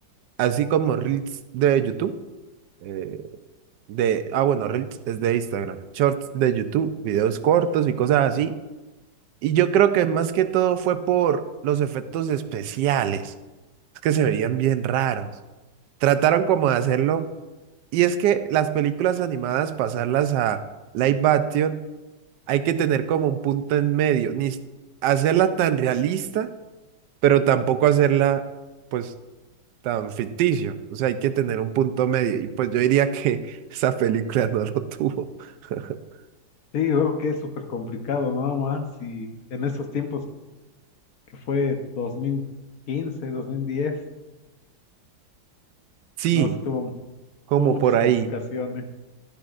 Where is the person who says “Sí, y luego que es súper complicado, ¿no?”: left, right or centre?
Left